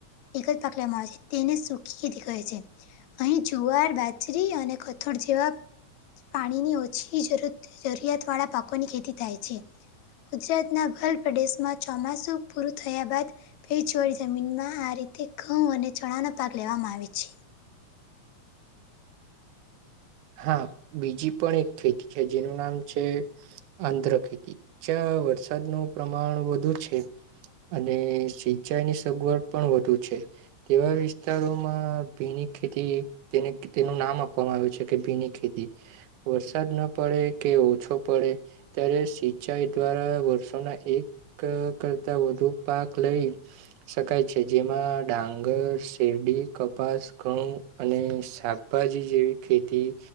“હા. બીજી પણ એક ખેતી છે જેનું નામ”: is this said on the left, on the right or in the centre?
Right